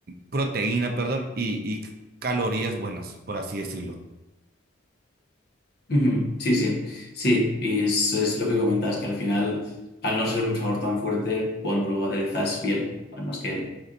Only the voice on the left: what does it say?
Ujú, Sí, sí, sí, y es, es lo que comentas, que al final, al no ser un sabor tan fuerte, cuando lo aderezas bien, además que